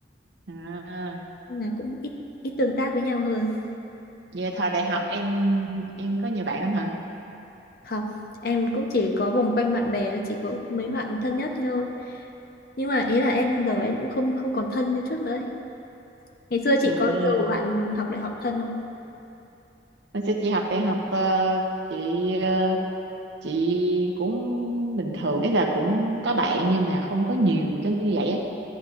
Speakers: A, on the right; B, on the left.
A: à,
B: nên là cũng ít ít tương tác với nhau hơn
A: giờ thời đại học em em có nhiều bạn lắm hả?
B: không em cũng chỉ có vòng quanh bạn bè chỉ có mấy bạn thân nhất thế thôi nhưng mà ý là em giờ em cũng không không còn thân như trước nữa ấy. ngày xưa chị
A: À,
B: có nhiều bạn học đại học thân không
A: hồi xưa chị học đại học ờ, chị ờ, chị cũng bình thường, ý là cũng có bạn nhưng mà không có nhiều tới như vậy á.